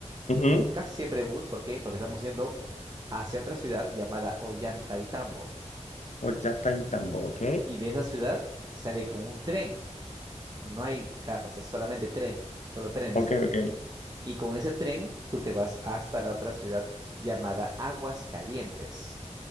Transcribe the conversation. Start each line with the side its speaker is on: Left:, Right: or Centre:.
Left: Ujú.
Right: casi siempre bus, ¿por qué? Porque estamos yendo hacia otra ciudad llamada Ollantaytambo.
Left: O ya está en tambo, ok.
Right: Y de esa ciudad se sale con un tren No hay carros, es solamente tren, solo trenes
Left: Ok,
Right: hay.
Left: ok.
Right: Y con ese tren tú te vas hasta la otra ciudad llamada Aguascalientes.